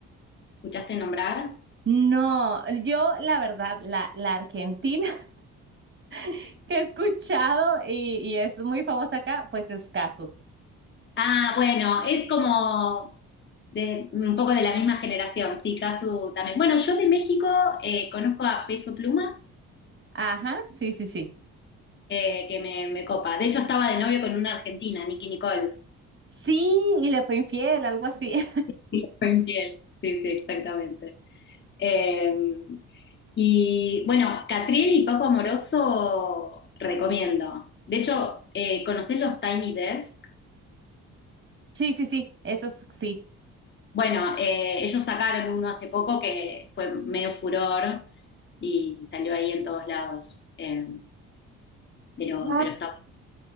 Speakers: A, on the left; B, on the right.
A: ¿Escuchaste nombrar?
B: No, yo la verdad, la, la argentina <laughs> que he escuchado y, y es muy famosa acá, pues es Casu.
A: Ah, bueno, es como de, un poco de la misma generación, Picasso también. Bueno, yo de México eh, conozco a Peso Pluma,
B: Ajá, sí, sí, sí.
A: eh, que me, me copa. De hecho, estaba de novio con una argentina, Nicki Nicole.
B: Sí, y le fue infiel, algo así. <laughs>
A: <laughs> Fue infiel. Sí, sí, exactamente. Eh, y bueno, Catriel y Paco Amoroso recomiendo. De hecho, eh, ¿conocés los Tiny Desk?
B: Sí, sí, sí, eso es- sí.
A: Bueno, eh, ellos sacaron uno hace poco que fue medio furor y salió ahí en todos lados. Eh, pero,
B: Wow.
A: pero está bueno.